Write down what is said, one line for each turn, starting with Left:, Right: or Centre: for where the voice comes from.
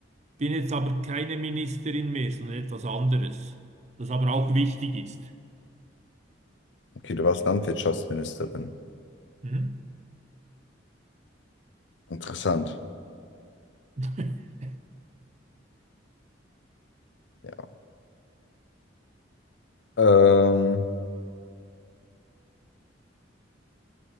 Right: bin jetzt aber keine Ministerin mehr, sondern etwas anderes, das aber auch wichtig ist.
Left: Okay, du warst Landwirtschaftsministerin.
Right: Hm?
Left: Interessant.
Right: <laughs>
Left: Ja. Ähm,